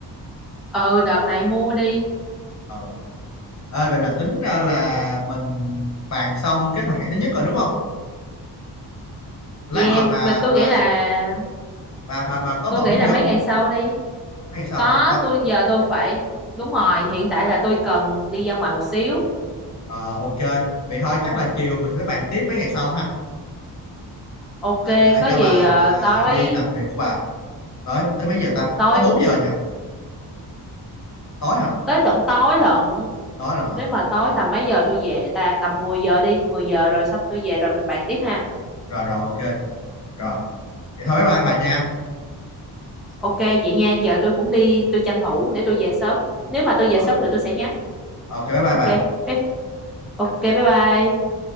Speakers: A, in the centre; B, on the left (about 40°).
A: ừ đợt
B: Rồi,
A: này mua đi
B: ờ Ê, vậy là tính ra là mình bàn xong kế hoạch ngày thứ nhất rồi đúng không lát
A: yeah
B: hồi bà
A: mà tôi
B: bà
A: nghĩ là
B: bà bà bà có
A: tôi
B: bận
A: nghĩ
B: gì
A: là
B: không
A: mấy ngày sau đi
B: mấy ngày sau
A: có
B: hả Mong
A: tôi giờ tôi phải đúng rồi hiện tại là tôi cần đi ra ngoài một xíu
B: ờ ok vậy thôi chắc là chiều mình sẽ bàn tiếp mấy ngày sau ha
A: Ok,
B: để, để
A: có
B: cho
A: gì
B: bà
A: à,
B: bà
A: tối
B: đi làm việc của bà tới tới mấy giờ ta
A: tối
B: tới 4 giờ nhỉ tối hả
A: tới tận tối lận.
B: tối là hả
A: Nếu mà tối
B: rồi
A: tầm mấy giờ tôi về ta tầm 10 giờ đi, 10 giờ rồi xong tôi về rồi mình bàn tiếp ha.
B: rồi rồi ok rồi vậy thôi bye bye bà nha
A: Ok vậy nha, giờ tôi cũng đi tôi tranh thủ để tôi về sớm. Nếu mà tôi về
B: rồi
A: sớm thì tôi sẽ nhắn.
B: ok bye bye
A: Ok.
B: bà
A: bye- Ok bye bye.